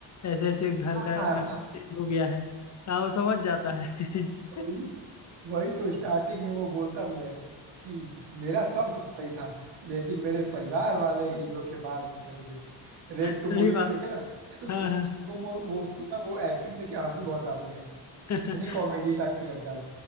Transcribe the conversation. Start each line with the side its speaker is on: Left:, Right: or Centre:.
Left: ऐसे ऐसे घर
Right: <laughs>
Left: का नक्शा चेंज हो गया है तो वो समझ जाता है <laughs>
Right: वही वही तो स्टार्टिंग में वो बोलता भी है कि मेरा सब कुछ सही था लेकिन मेरे परिवार वाले ही धोखेबाज निकल गए रेड टू
Left: सही
Right: मूवी
Left: बात
Right: में देखे
Left: है
Right: ना यार उसके
Left: हाँ हाँ
Right: वो वो उसकी ना वो एक्टिंग देख के हंसी बहुत आती है
Left: <laughs>
Right: इतनी कॉमेडी टाइप की करता है